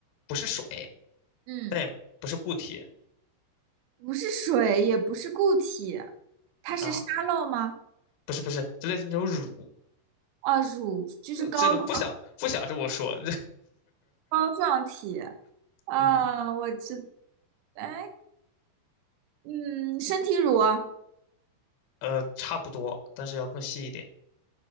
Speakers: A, on the left (about 70°); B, on the right (about 85°).
A: 不是水，
B: 嗯，
A: 但也不是固体
B: 不是水，也不是固体，它是沙漏吗？
A: 啊，不是不是，就类似那种乳，
B: 哦，乳就是膏状
A: 呃这个不想不想这么说，
B: 膏状体。
A: <laughs>
B: 啊，
A: 嗯
B: 我知，哎，嗯，身体乳啊，
A: 呃，差不多，但是要更细一点